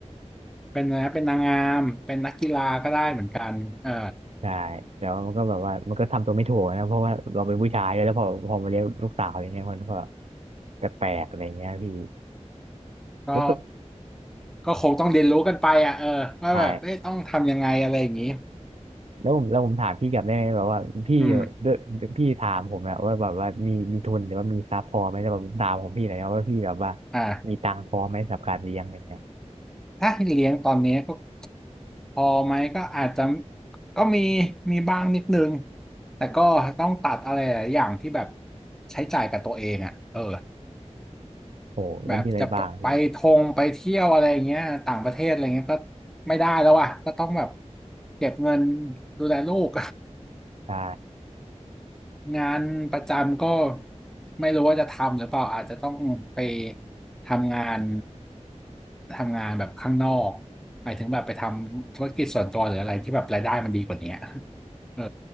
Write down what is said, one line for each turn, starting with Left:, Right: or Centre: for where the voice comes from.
Centre: เป็นนะไรนะเป็นนางงามเป็นนักกีฬาก็ได้เหมือนกันเออ
Right: ใช่แต่ว่ามันก็แบบว่ามันก็ทำตัวไม่ถูกนะเพราะว่าเราเป็นผู้ชายด้วยแล้วพอพอมาเลี้ยงลูกสาวอะไรเงี้ยมันก็แปลกๆอะไรเงี้ยพี่
Centre: ก็
Right: แล้วตัว
Centre: ก็คงต้องเรียนรู้กันไปอ่ะเออว่าแบบเอ้ยต้องทำยังไงอะไรอย่างนี้
Right: ใช่แล้วผมแล้วผมถามพี่กลับได้ไหมแบบว่าพี่ด้วยพี่ถามผมอะว่าแบบว่ามีมีทุนหรือว่ามีทรัพย์พอไหมแล้วแบบผมถามของพี่หน่อยนะว่าพี่แบบว่า
Centre: อืมอ่า
Right: มีตังค์พอไหมสำหรับการเลี้ยงอะไรเงี้ย
Centre: ถ้าให้เลี้ยงตอนนี้ก็พอไหมก็อาจจะก็มีมีบ้างนิดนึงแต่ก็ต้องตัดอะไรหลายอย่างที่แบบใช้จ่ายกับตัวเองอ่ะเออ
Right: โอ้โหแล้วมีอะไรบ้างพี่
Centre: แบบจะไปทงไปเที่ยวอะไรอย่างเงี้ยต่างประเทศอะไรเงี้ยก็ไม่ได้แล้วอ่ะก็ต้องแบบเก็บเงินดูแลลูก
Right: ใช่
Centre: งานประจำก็ไม่รู้ว่าจะทำหรือเปล่าอาจจะต้องไปทำงานทำงานแบบข้างนอกหมายถึงแบบไปทำธุรกิจส่วนตัวหรืออะไรที่แบบรายได้มันดีกว่านี้เออ